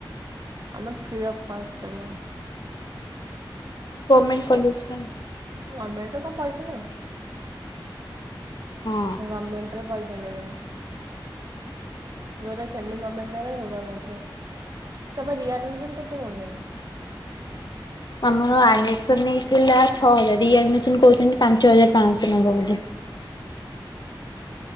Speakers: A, on the right; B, on the left.
A: ଆମର ଫ୍ରି ଅଫ କଷ୍ଟ ହେଲାନି।
B: ଗମେଣ୍ଟ କଲେଜ ନ।
A: ଗମେଟରେ କଣ ପଇସ ନେବେ।
B: ହଁ
A: ଗମେଣ୍ଟରେ ପାଇସା ନେବେନି। ଯୋଉରା ସେମି ଗମେଣ୍ଟ ଦ୍ୱାରା ସେଉଡା ନୋଉଥିବେ। ତମ ରିଆଡମିସନ କେତେ ନଉଚନ୍ତି?
B: ଆମର ଆଡ଼ମିସନ ହେଇଥିଲା ଛଅ ହଜାର ରି ଆଡ଼ମିସନ କହୁଛନ୍ତି ପାଞ୍ଚ ହଜାର ପାଶହ ନେବ ବୋଲି।